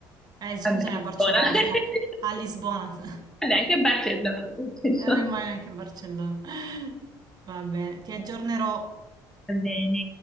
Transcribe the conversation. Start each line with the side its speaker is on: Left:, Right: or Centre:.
Right: Eh, scusami,
Centre: Vabbè,
Right: a Barcellona,
Centre: buona. <laughs>
Right: sì, a, a Lisbona. <laughs>
Centre: Vabbè, anche Barcellona. <laughs>
Right: E non è mai neanche Barcellona. Va bene, ti aggiornerò.
Centre: Va bene.